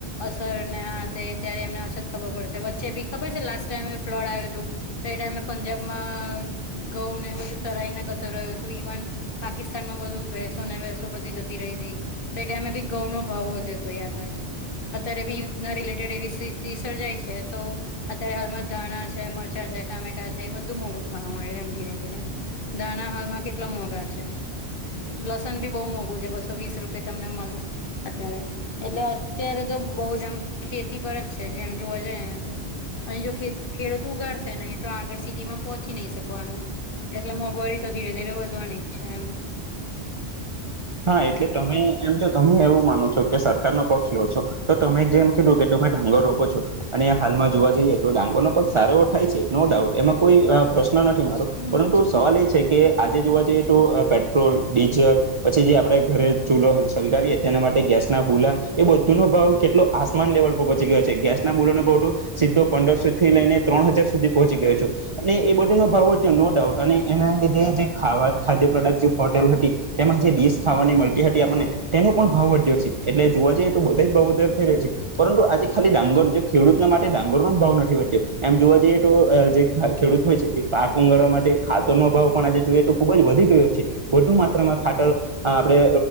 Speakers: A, on the left; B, on the right.
A: અસર હાથે ત્યારે એમને અછત ખબર પડશે વચ્ચે બી ખબર છે લાસ્ટ ટાઈમ ફ્લડ આવ્યું હતું. તો એ ટાઈમે પંજાબમાં ઘઉ ને બધું તરાઈને ગતો રહ્યું હતું ઈવન પાકિસ્તાન માં બધું ભેસો ને ભસો બધી જતી રહી હતી. તો એ ટાઈમે ભી ઘઉં નો ભાવ વધતો યાદ હોય તો. અત્યારે બી યુ ના રિલેટેડ એવી સ્થિતિ સર્જાય છે તો અત્યારે હાલમાં ધાણા છે મરચાં છે ટામેટા છે એ બધું મોંઘું થવા મળ્યું એમ ધીરે ધીરે દાણા હાલમાં કેટલા મોંઘા છે લસણ ભી બહુ મોંઘું છે બસો વીસ રૂપે તમને મળે અત્યારે એટલે અત્યારે તો બહુ જ આમ ખેતી પર જ છે જેમ જોવા જઈ ને તો અહી જો ખેડૂતો ઉગાડશે નહી તો આગળ સિટીમાં પોહોંચી નહી શકવાનું એટલે મોંઘવારી તો ધીરે ધીરે વધવાની જ છે એમ
B: હા એટલે તમે એમ જો તમે એવું માનો છો કે સરકાર નો પક્ષ લો છો તો તમે જેમ કીધું કે તમે ડાંગરોપ છો અને હાલમાં જોવા જઈએ તો ડાંગરનો પગ સારો થાય છે નો ડાઉટ એમાં કોઈ પ્રશ્ન નથી મારો
A: હમ
B: પરંતુ સવાલ એ છે કે આજે જોવા જઈએ તો પેટ્રોલ ડીઝલ પછી જે આપણેે ઘરે ચૂલો સલગાવીએ તેના માટે ગેસ ના બુલા એ બધુંનો ભાવ કેટલો આસમાન લેવલ પર પહોંચ ગયો ગેસના બૂલો નો ભાવ તો સીધો પંદરસો થી લઈને ત્રણ હજાર સુધી પહોંચી ગયો છ છે અને એ બધો નો ભાવ વધટ્યો નો ડાઉટ અને એના લીધે જે ખાવા ખાદ્ય પ્રોડક્ટ જે હોટેલ હતી તેમાં ખાવાની હતી આપને તેનો પણ ભાવ વધ્યો છે એટલે જોવા જઈ તો બધા જ દર થઈ રહ્યા છે પરંતુ આજ ખાલી ડાંગર ખેડૂત ના માટે ડાંગર નો જ ભાવ નથી વધ્યો એમ જોવા જઈએ તો જે ખેડૂત હોય છે પાક ઉંગાળવા માટે ખાતરનો ભભાવ પણ આજે જોઈએ તો ખુબ જ વધી ગયો છે વધુ માત્રામાં ખાતર આપણે